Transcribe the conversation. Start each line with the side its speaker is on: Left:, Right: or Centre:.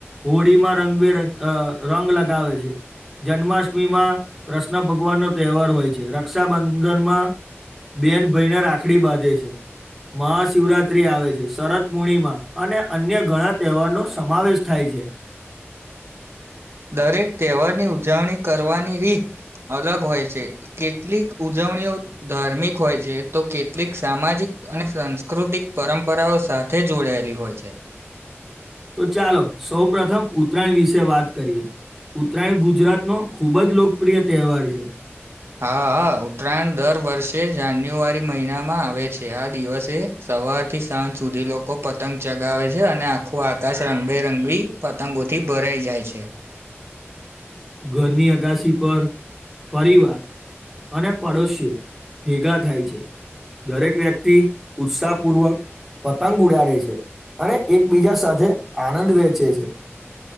Centre: હોળી માં રંગબેરંગ અ રંગ લગાવે છે. જન્માષ્ટમી માં કૃષ્ણ ભગવાન નો તહેવાર હોય છે રક્ષાબંધનમાં બેન ભાઈને રાખડી બાંધે છે મ શિવરાત્રી આવે છે શરદ પૂર્ણિમા અને અન્ય ઘણા તહેવાર નો સમાવેશ થાય છે.
Right: દરેક તહેવારની ઉજવણી કરવાની રીત અલગ હોય છે. કેટલીક ઉજવણીઓ ધાર્મિક હોય છે તો કેટલીક સામાજિક અને સંસ્, પ્રાકૃતિક પરંપરાઓ સાથે જોડાયેલી હોય છે.
Centre: તો ચાલો સૌ પ્રથમ ઉત્તરાયણ વિશે વાત કરીએ. ઉત્તરાયણ ગુજરાત નો ખુબ જ લોકપ્રિય તહેવાર છે.
Right: હા ઉત્તરાયણ દર વર્ષે જાન્યુઆરી મહિનામાં આવે છે આ દિવસે, સવાર થી સાંજ સુધી લોકો પતંગ ચગાવે છે અને આખું આકાશ રંગબેરંગી, પતંગોથી ભરાઈ જાય છે.
Centre: ઘરની અગાશી પર પરિવાર, અને પાડોશીઓ ભેગા થાય છે. દરેક વ્યક્તિ ઉત્સાહ પૂર્વક, પતંગ ઉડાડે છે અને એકબીજા સાથે આનંદ વેચે છે.